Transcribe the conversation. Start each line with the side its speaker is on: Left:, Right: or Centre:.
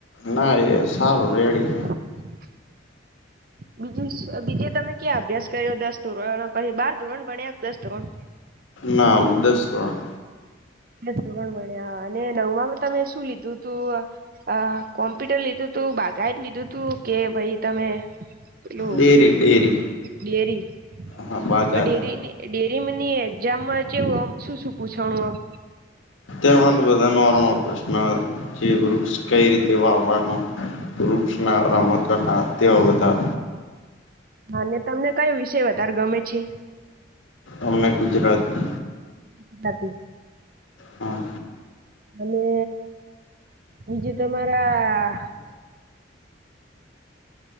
Left: ના એ સારો રેડી.
Right: <inaudible> હ બીજે તમે ક્યાં અભ્યાસ કર્યો દસ ધોરણ પછી બાર ધોરણ ભણ્યા કે દસ ધોરણ
Left: ના અમ દસ ધોરણ.
Right: દસ ધોરણ ભણ્યા અને નવમાં તમે શું લીધું તું? અ કોમ્પ્યુટર લીધું તું બાગાયત લીધુ કે પહી તમે પેલું
Left: ડેરી- ડેરી.
Right: ડેરી-
Left: હા બાગાર
Right: ડેરી ની એ ડેરી મની એક્ઝામ માં જેવું અમ શું -શું પૂછાનું આમ.
Left: તેમાં બધા નોર્મ પ્રશ્ન જે વૃક્ષ કઈ રીતે વાવવાનું. વૃક્ષ માં રમતો ના તેવા બધા.
Right: અને તમને કયો વિષય વધાર ગમે છે.
Left: અમને ગુજરાતી
Right: <unintelligible>
Left: હા.
Right: અને બીજું તમારા